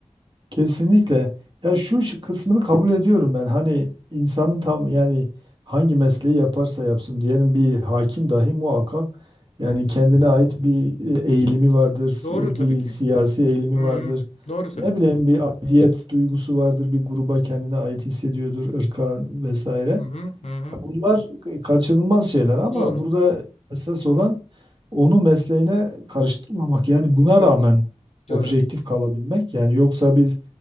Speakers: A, on the right (about 45°); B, on the left (about 70°).
A: Kesinlikle. Ya şu ş- kısmını kabul ediyorum ben. Hani insanın tam yani hangi mesleği yaparsa yapsın diyelim bir hakim dahi muhakkak yani kendine ait bir e, eğilimi vardır,
B: Doğru
A: e,
B: tabii
A: bir
B: ki.
A: siyasi eğilimi
B: Hı hı.
A: vardır.
B: Doğru tabii
A: Ne bileyim
B: ki.
A: bir aidiyet duygusu vardır, bir gruba kendine ait hissediyordur, ırka vesaire.
B: Hı hı hı. hı.
A: Ya Bunlar kaçınılmaz şeyler ama
B: Doğru.
A: burada esas olan onu mesleğine karıştırmamak. Yani buna
B: Çok
A: rağmen
B: doğru. Doğru.
A: objektif kalabilmek. Yani yoksa biz